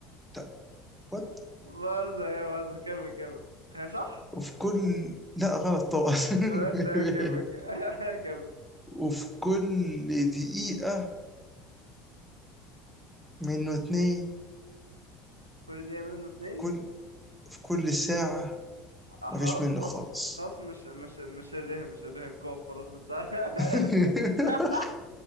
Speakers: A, in the centre; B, on the right.
A: طب وات
B: بهزر يا بهزر كمل كمل هي صح؟
A: وفي كل لا غلط طبعا
B: تمام
A: <laughs>
B: تمام، كمل <laughs> كمل
A: وفي كل دقيقة منه اتنين
B: كل دقيقة منه اتنين
A: في كل في كل ساعة
B: آه،
A: مفيش
B: خلاص
A: منه
B: خلاص
A: خالص
B: خلاص مش مش مش الره مش الره الكوف خلاص ما انت-
A: <laughs>
B: <laughs>